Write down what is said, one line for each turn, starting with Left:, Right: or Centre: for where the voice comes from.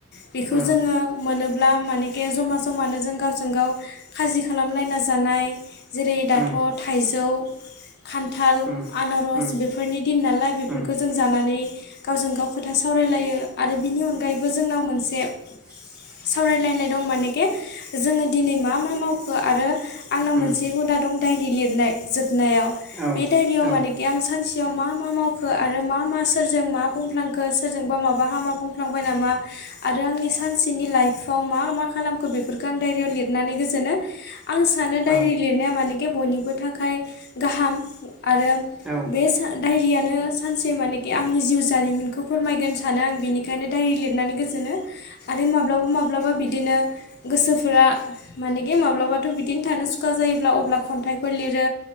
Left: बेखौ
Centre: उम
Left: जोङो मोनोब्ला मानेखे जमा जमानो जों गावजों गाव खाजि खालामलायना जानाय जेरै दाथ'
Centre: उम
Left: थाइजौ, खान्थाल,
Centre: उम
Left: आनारस
Centre: उम
Left: बेफोरनि दिन नालाय बेफोरखौ
Centre: उम
Left: जों जानानै गावजों गाव खोथा सावरायलायो आरो बिनि अनगायैबो जोंनाव मोनसे
Centre: <inaudible>
Left: सावरायलायनाय दं मानेखे जोङो दिनै मा मा मावखो आरो आंना मोनसे
Centre: उम
Left: हुदा दं डाइरि लिरनाय जोब नायाव
Centre: औ
Left: बे डाइरियाव
Centre: औ
Left: मानेखि आं सानसेयाव मा मा मावखो आरो मा मा सोरजों मा बुंफ्लांखो सोरजोंबा माबा हामा बुंफ्लांबाय नामा आरो आंनि सानसेनि लाइफ फाव मा मा खालामखो बेफोरखो आं डाइरिआव लिदनानै गोजोनो। आं सानो डाइरि
Centre: औ
Left: लिरनाया माने खे बयनिबो थाखाय गाहाम आरो
Centre: औ
Left: बे सा‌ डायरियानो सानसे मानेखे आंनि जिउ जारिमिनखौ फोरमायगोन सानो आं। बिनिखायनो डायरि लिदनानै गोजोनो आरो माब्लाबा मा ब्लाबा बिदिनो गोसोफोरा मानेगे माब्लाबाथ' बि दिन थानो सुखा जायोब्ला अब्ला खन्थाइफोर लिरो